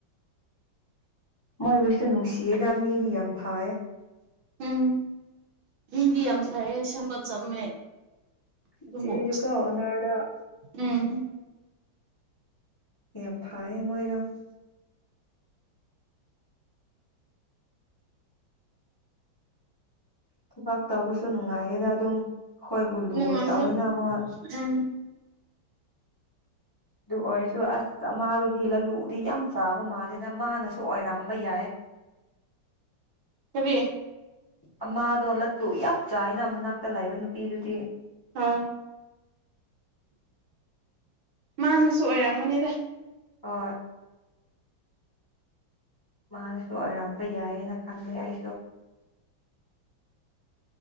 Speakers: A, on the left; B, on the right.
A: ꯃꯣꯏꯕꯨꯁꯁꯨꯨ ꯅꯨꯡꯁꯤꯑ ꯇꯝꯔꯤ ꯌꯥꯝ ꯐꯥꯏ
B: ꯎꯝ ꯃꯤꯗꯤ ꯌꯥꯝ ꯐꯩꯌꯦ ꯁꯪꯕ ꯆꯝꯃꯦ
A: ꯏꯆꯦꯗꯨꯀꯣ
B: ꯑꯣ
A: ꯑꯣꯅꯔꯗ
B: ꯎꯝ
A: ꯌꯥꯝ ꯐꯩꯌꯦ ꯃꯣꯏꯗꯣ ꯊꯕꯥꯛ ꯇꯧꯕꯁꯨ ꯅꯨꯡꯉꯥꯏꯌꯦꯗ ꯑꯗꯨꯝ ꯑꯩꯈꯣꯏꯕꯨ ꯂꯨꯅ
B: ꯅꯨꯡꯉꯥꯏꯗ
A: ꯇꯧꯋꯅ ꯑꯃꯨꯛ
B: ꯎꯝ
A: ꯑꯗꯨ ꯑꯣꯏꯔꯁꯨ ꯑꯁ ꯃꯥꯗꯨꯗꯤ ꯂꯜꯂꯨꯗꯤ ꯌꯥꯝ ꯆꯥꯕ ꯃꯥꯜꯂꯦꯗ ꯃꯥꯅꯁꯨ ꯑꯣꯏꯔꯝꯕ ꯌꯥꯏ <unintelligible>
B: ꯍꯦꯕꯤ
A: ꯑꯃꯥꯗꯣ ꯂꯠꯂꯨ ꯌꯥꯝ ꯆꯥꯏꯅ ꯃꯅꯥꯛꯇ ꯂꯩꯥꯛꯏꯕ ꯅꯨꯄꯤꯗꯨꯗꯤ
B: ꯑꯥ ꯃꯥ ꯑꯃꯁꯨ ꯑꯣꯏꯔꯝꯃꯅꯤꯗ
A: ꯑꯣ ꯃꯥꯅꯁꯨ ꯑꯣꯏꯔꯝꯕ ꯌꯥꯏꯌꯦꯅ ꯈꯜꯂꯦ ꯑꯩꯁꯨ